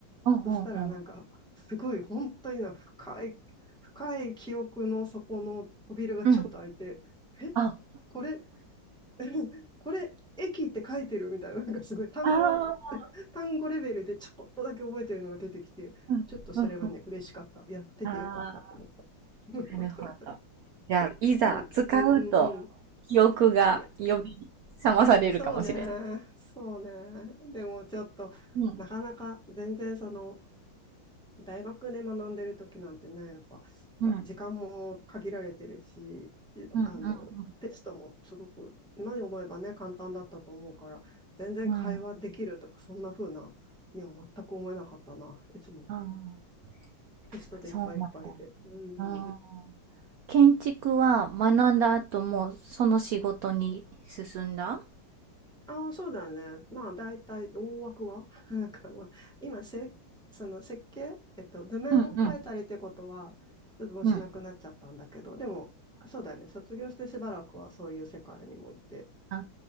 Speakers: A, on the right; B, in the centre.
A: んうんうん。
B: そしたらなんか、すごい本当にな深い、深い記憶の底の扉がちょっと開いて、
A: うん。
B: え、
A: あ、
B: これ、<laughs> これ、駅って書いてるみたいな、なんかすごい単語、
A: ああ
B: 単語レベルでちょこっとだけ覚えてるのが出てきて、
A: うんうん。
B: ちょっとそれはね、嬉しかった。やっててよかったって思った。
A: あ。ん。ああ。
B: <laughs>
A: なるほど。じゃあ、いざ使うと、
B: でも、うんうんうん。
A: 記憶が呼び覚まされるかもしれない。
B: いや、そうね、そうね。でもちょっと、
A: うん。
B: なかなか全然その、大学で学んでる時なんてね、やっぱ
A: うん
B: 時間も限られてるし、いあの、
A: うんうん。
B: テストもすごく、今に思えばね、簡単だったと思うから、全然会話できるとか、
A: うん。
B: そんな風なには全く思えなかったな。いつも
A: ああ、
B: テストでいっぱいいっぱいで。
A: そうなんだ。
B: うん。
A: 建築は学んだ後もその仕事に進んだ
B: ああ、そうだね。まあ、大体、大枠は <laughs> なんか、まあ、今せ、その設計、えっと、図面を変えたりってことは、
A: うんう
B: ちょっともうしなくなっちゃったんだけど、
A: ん。うん。
B: でも、そうだよね。卒業してしばらくはそういう世界にも行って。
A: あ